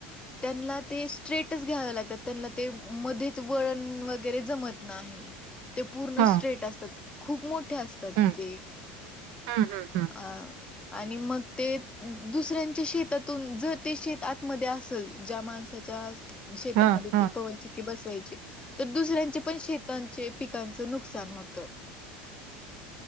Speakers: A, on the left (about 20°); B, on the right (about 65°).
A: त्यांना ते स्ट्रेटच घ्या लागतात त्यां ते मध्येच वळण वगैरे जमत नाही. ते पूर्ण
B: हां,
A: स्ट्रेट असतात खूप मोठे असतात.
B: हं,
A: ते.
B: हं, हं, हं.
A: अं आणि मग ते दुसऱ्यांच्या शेतातून जर ते शेत आतमध्ये असेल ज्या माणसा त्या शेतामध्ये
B: हां, हां.
A: ती पवनचक्की बस व्हायची तर दुसऱ्यांचे पण शेतांचे, पिकांच नुकसान होत. <inaudible>